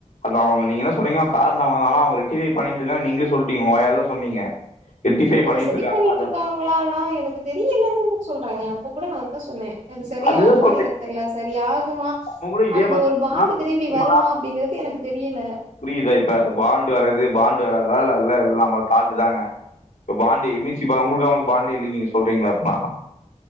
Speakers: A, on the left; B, on the right.
A: அது அவங்க நீங்க ன்ன சொல்றீங்க காரணம் அவங்க தா ஆனா அவுங்க ரெக்டிவை பண்ணிட்டு இருக்காங்க நீங்களே சொல்லிட்டீங்க உங்க வாயல சொன்னீங்க ரெக்டிஃபை
B: அவங்க சரி
A: இருக்காங்க
B: பண்ணிட்டு
A: அது
B: இருக்காங்களானா எனக்கு தெரிலைங்க சொல்றேன்ங்க அப்ப கூட நா அததான் சொன்னே அது சரியாகுமான்னு
A: அதுதா சொல்றேன்
B: எனக்கு தெரில சரியாகுமா
A: அவங்களும் இதே
B: அந்த
A: பதில்
B: ஒரு பாண்டு திரும்பி
A: உங்களா
B: வருமா அப்டிங்றது எனக்கு தெரில
A: புரியுதா இப்ப பாண்டு வரது பாண்டு வராததுலா அல்ல எல்ல நம்ம தாட்டுதாங்க இப்ப பாண்டு என் இ சி இப்ப அவங்களுக்கு அவங்களுக்கு பாண்டே இல்ல நீங்க சொல்றீங்களா ப்பா